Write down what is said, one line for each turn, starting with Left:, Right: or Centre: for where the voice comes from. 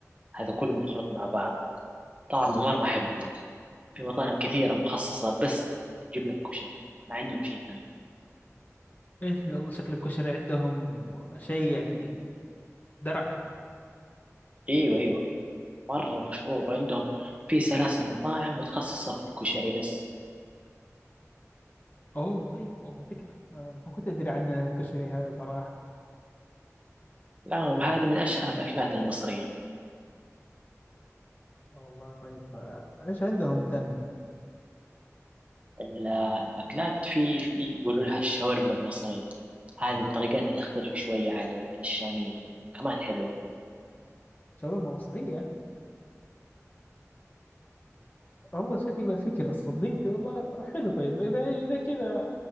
Right: هذا كله مخلوط مع بعض طعمه مرة حلو والله في مطاعم كثيرة مخصصة بس تجيب لك كشري ما عندهم شيء ثاني
Left: ايش والله شكل الكشري عندهم شيء يعني درعه
Right: ايوه ايوه مرة مشهور عندهم في سلاسل مطاعم متخصصة في الكشري بس
Left: اوه طيب والله فكره آه ما كنت ادري عن الكشري هذا صراحه
Right: لا هذه من أشهر الأكلات المصرية
Left: آه، والله طيب آه ايش عندهم ثاني
Right: ال- الأكلات في في يقولوا لها الشاورما المصرية هذه طريقتها تختلف شوية عن الشامية كمان حلوة
Left: شاورما مصريه والله شكله فكرة صديقي والله حلو طيب إذا إذا كذا